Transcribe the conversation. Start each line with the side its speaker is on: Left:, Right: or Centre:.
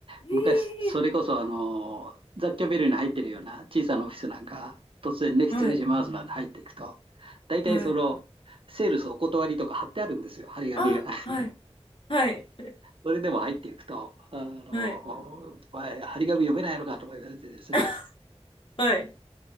Right: 昔、
Left: ええ
Right: それこそ、あの、雑居ビルに入ってるような小さなオフィスなんか、突然ね、失礼しますなんて入っていくと、
Left: はい、
Right: 大体その、
Left: はい。
Right: セールスお断りとか貼ってあるんですよ、貼り紙が。
Left: あ、はい、はい、
Right: それでも入っていくと、あの、
Left: はい、
Right: お前、張り紙読めないのかとか言われてですね。
Left: <laughs> はい。